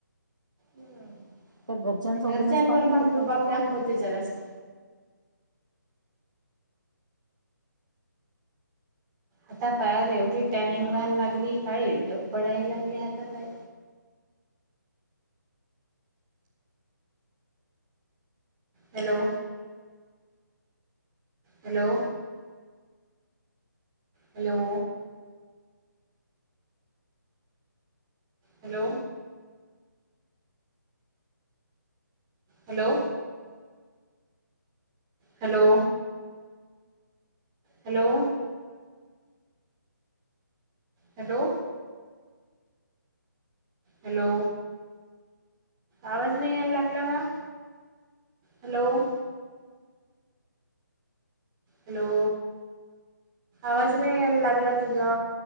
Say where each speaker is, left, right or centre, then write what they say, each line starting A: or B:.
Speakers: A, on the right (about 20°); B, on the right (about 70°).
A: हं
B: त्या घरच्यांसोबतच
A: घरच्यांवर
B: काम
A: मंग
B: करते
A: रुबांब
B: काय
A: दाखंवते
B: माहिती
A: जरां असं आंता पायंर एवढी टॅनिंग व्हांयला लागली कायं डब्बा पडांयला लागली आंता तरं hello hello hello hello hello hello hello hello hello आवांज नाहीं यांयला लागंला कां हॅलो हॅलो आवांज नाहीं यांयला लागंला तुंझा